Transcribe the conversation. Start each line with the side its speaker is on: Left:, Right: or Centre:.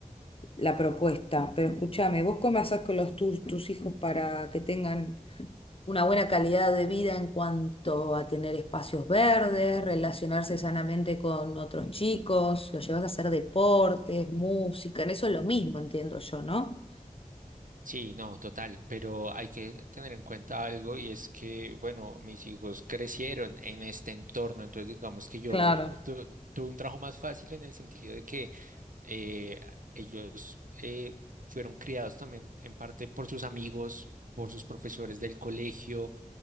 Left: la propuesta, pero escúchame, ¿vos cómo haces con los tus, tus hijos para que tengan una buena calidad de vida en cuanto a tener espacios verdes, relacionarse sanamente con otros chicos, lo llevas a hacer deportes, música, en eso es lo mismo, entiendo yo, ¿no?
Right: Sí, no, total, pero hay que tener en cuenta algo y es que, bueno, mis hijos crecieron en este entorno, entonces digamos que yo
Left: Claro,
Right: tu- tuve un trabajo más fácil en el sentido de que eh, ellos eh, fueron criados también en parte por sus amigos, por sus profesores del colegio